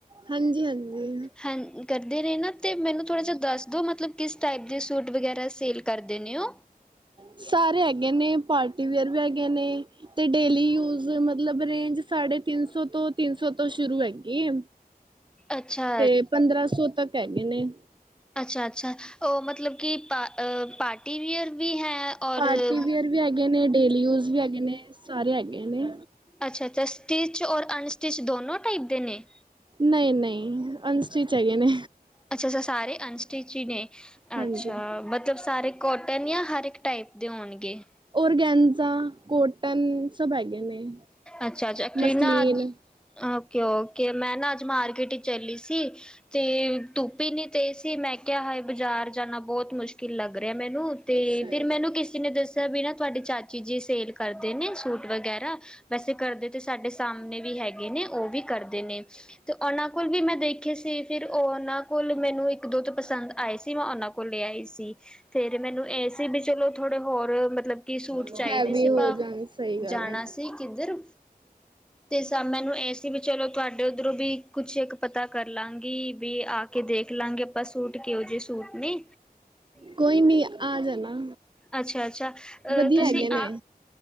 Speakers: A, on the right; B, in the centre.
A: ਹਾਂਜੀ-ਹਾਂਜੀ।
B: ਹਾਂ ਕਰਦੇ ਰੇ ਨਾ ਤੇ ਮੈਨੂੰ ਥੋੜਾ ਜਿਆ ਦੱਸ ਦੋ ਮਤਲਬ ਕਿਸ ਟਾਈਪ ਦੇ ਸੂਟ ਵਗੈਰਾ ਸੇਲ ਕਰਦੇ ਨੇ ਔ?
A: ਸਾਰੇ ਹੈਗੇ ਨੇ ਪਾਰ ਟੀ ਵੀਅਰ ਵੀ ਹੈਗੇ ਨੇ ਤੇ ਡੇਲੀ ਯੂਜ ਮਤਲਬ ਰੇਂਜ ਸਾਢੇ ਤਿੰਨ ਸੌ ਤੋਂ ਤਿੰਨ ਸੌ ਤੋਂ ਸ਼ੁਰੂ ਹੈਗੇ
B: ਅੱਛਾ
A: ਤੇ ਪੰਦਰਾਂ ਸੌ ਤੱਕ ਕਹਿਗੇ ਨੇ
B: ਅੱਛਾ-ਅੱਛਾ, ਔ ਮਤਲਬ ਕਿ ਪਾ ਅ ਪਾਰਟੀਵਅਰ ਵੀ ਹੈ। ਔਰ
A: ਪਾਰਟੀਵੀਅਰ ਵੀ ਹੈਗੇ ਨੇ, ਡੇਲੀ ਯੂਜ ਵੀ ਹੈਗੇ ਨੇ, ਸਾਰੇ ਹੈਗੇ ਨੇ
B: ਅੱਛਾ ਅੱਛਾ ਸਟਿਚ ਔਰ ਅਨਸਟਿਚ ਦੋਨੋਂ ਟਾਈਪ ਦੇ ਨੇ?
A: ਨਈ-ਨਈ ਅਨਸਟਿਚ ਹੈਗੇ ਨੇ।
B: ਅੱਛਾ-ਅੱਛਾ ਸਾਰੇ ਅਨਸਟਿ ਚ ਈ ਨੇ।
A: ਹਾਂਜੀ
B: ਅੱਛਾ, ਮਤਲਬ ਸਾਰੇ ਕੋਟਨ ਜਾਂ ਹਰ ਇੱਕ ਟਾਈਪ ਦੇ ਹੋਣਗੇ।
A: ਔਰ ਗਨਜ਼ਾ ਕੋਟਨ, ਸਭ ਹੈਗੇ ਨੇ
B: ਅੱਛਾ-ਅੱਛਾ
A: ਮਸਲੀਨ
B: ਕਲੀਨਾ ਓਕੇ ਓਕੇ, ਮੈਂ ਨਾ ਅੱਜ ਮਾਰਕੀਟ ਹੀ ਚੱਲੀ ਸੀ ਤੇ ਧੁੱਪ ਨੀ ਤੇ ਸੀ ਮੈਂ ਕਿਹਾ ਹਾਏ ਬਜ਼ਾਰ ਜਾਣਾ ਬਹੁਤ ਮੁਸ਼ਕਿਲ ਲੱਗ। ਰਿਹਾ ਮੈਨੂੰ ਤੇ
A: ਸਹੀ
B: ਫੇਰ ਮੈਨੂੰ ਕਿਸੇ ਨੇ ਦੱਸ ਬਿਨਾਂ ਤੁਹਾਡੇ ਚਾਚੀ ਜੀ ਸੇਲ ਕਰਦੇ ਨੇ ਸੂਟ ਵਗੈਰਾ ਵੈਸੇ ਕਰਦੇ ਤੇ ਸਾਡੇ ਸਾਹਮਣੇ ਵੀ ਹੈਗੇ ਨੇ ਉਹ ਵੀ ਕਰਦੇ ਨੇ ਤੇ ਉਹਨਾਂ ਕੋਲ ਵੀ ਮੈਂ ਦੇਖੇ ਸੀ ਫਿਰ ਉਹਨਾਂ ਕੋਲ ਮੈਨੂੰ ਇੱਕ ਦੋ ਤੋਂ ਪਸੰਦ ਆਏ ਸੀ ਮੈਂ ਉਹਨਾਂ ਕੋਲ ਲੈ ਆਈ ਸੀ। ਫੇਰ ਮੈਨੂੰ ਇਹ ਸੀ ਵੀ ਚਲੋ ਥੋੜੇ ਹੋਰ ਮਤਲਬ ਕਿ ਸੂਟ
A: ਗੱਲ
B: ਚਾਹੀਦੇ
A: ਹੈਵੀ
B: ਸੀ
A: ਹੋ
B: ਆਪ
A: ਜਾਣ ਸਹੀ ਗੱਲ
B: ਜਾਣਾ
A: ਹੈ
B: ਸੀ ਕਿੱਧਰ ਤੇ ਸ ਮੈਨੂੰ ਇਸ ਅਸੀਂ ਵੀ ਚਲੋ ਤੁਹਾਡੇ ਉੱਧਰੋਂ ਵੀ ਕੁਛ ਇੱਕ ਪਤਾ ਕਰ ਲਾਂਗੀ ਵੀ ਆ ਕੇ ਦੇਖ ਲਾਂਗੇ ਆਪਾਂ ਸੂਟ ਕਿਹੋ ਜਿਹੇ ਸੂਟ ਨੇ,
A: ਕੋਈ ਨੀ ਆ ਜਾਣਾ,
B: ਅੱਛਾ-ਅੱਛਾ ਅ
A: ਵਧੀਆ
B: ਤੁਸੀਂ
A: ਹੈਗੇ ਨੇ
B: ਆ,